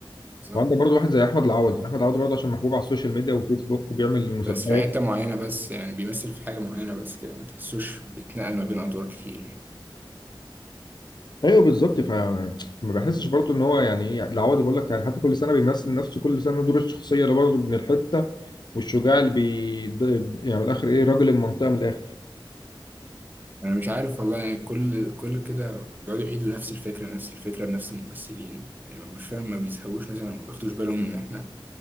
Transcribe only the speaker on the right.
بالظبط
بس في حتة معينة بس يعني بيمثل في حاجة معينة بس كده ما تحسوش بيتنقل ما بين أدوار كتير يعني
انا مش عارف والله يعني كل كل كده بيقعدوا يعيدوا نفس الفكره نفس الفكره بنفس الممثلين يعني ما- مش فاهم ما بيزهقوش مثلا ما بياخدوش بالهم ان احنا